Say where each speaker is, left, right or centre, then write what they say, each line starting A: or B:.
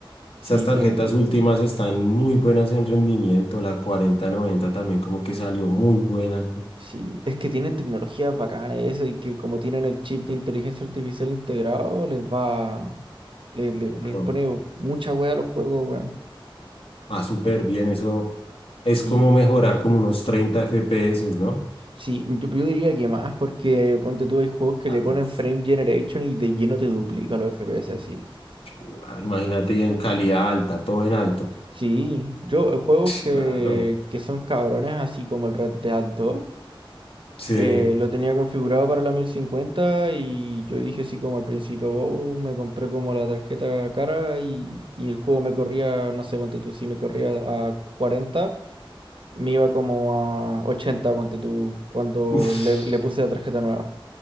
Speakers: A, on the right; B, on the left.
A: sí,
B: Esas tarjetas
A: po,
B: últimas están muy buenas en rendimiento. La cuarenta noventa también como que salió muy buena.
A: sí. Es que tienen tecnologías bacanas esas y que como tienen el chip de inteligencia artificial integrado, les va, le- le-
B: Claro,
A: les, pone mucha wea a los juegos, weón.
B: va súper bien eso. es
A: Sí.
B: como mejorar como unos 30 FPS, ¿no?
A: Sí, yo, yo diría que más, porque ponte tú, hay juegos que
B: Claro.
A: le ponen frame generation y de lleno te duplica los FPS así.
B: Claro, imagínate ya en calidad alta, todo en alto.
A: Sí, yo eh, juegos que,
B: Claro,
A: que son cabrones, así como el Red Dead 2,
B: sí.
A: eh, lo tenía configurado para la 1050 y yo dije así como al principio, "Oh, me compré como la tarjeta cara y, y el juego me corría, no sé, ponte tú, si me corría a 40, me iba como a 80, ponte tú, cuando
B: Uf,
A: le, le puse la tarjeta nueva.